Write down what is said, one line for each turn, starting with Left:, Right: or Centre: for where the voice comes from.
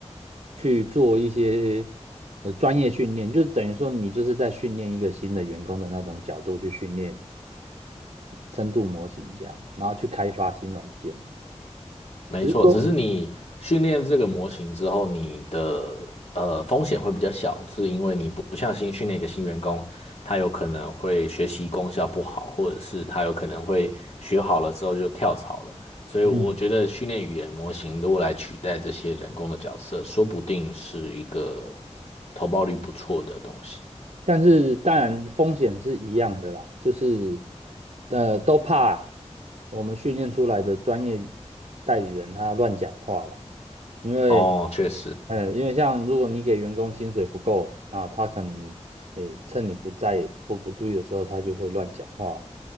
Right: 去做一些呃专业训练，就等于说你就是在训练一个新的员工的那种角度去训练深度模型这样，然后去开发新软件。
Left: 没错。
Right: 只是说，
Left: 只是你训练这个模型之后，你的呃风险会比较小，是因为你不像新训练一个新员工，他有可能会学习功效不好，或者是他有可能会学好了之后就跳槽了。所以我觉得训练语言模型如果来取代这些人工的角色，
Right: 嗯，
Left: 说不定是一个投报率不错的东西。
Right: 但是当然风险是一样的啦，就是呃都怕我们训练出来的专业代理人他乱讲话了，因为
Left: 哦，确实。
Right: 呃因为像如果你给员工薪水不够啊，他可能诶趁你不在或不注意的时候，他就会乱讲话，